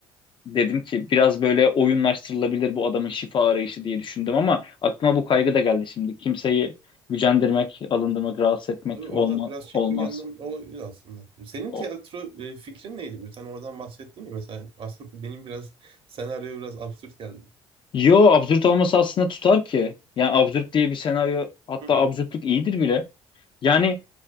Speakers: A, on the left; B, on the right.
A: dedim ki biraz böyle oyunlaştırılabilir bu adamın şifa arayışı diye düşündüm ama aklıma bu kaygı da geldi şimdi. Kimseyi gücendirmek, alındırmak, rahatsız etmek
B: Tabii orada
A: olma,
B: biraz çekingen
A: olmaz.
B: o aslında. Senin
A: O-
B: tiyatro e, fikrin neydi? Sen oradan bahsettin ya mesela aslında <laughs> benim biraz senaryo biraz absürt geldi.
A: Yo absürt olması aslında tutar ki. Yani absürt diye bir senaryo hatta
B: Hı hı.
A: absürtlük iyidir bile. Yani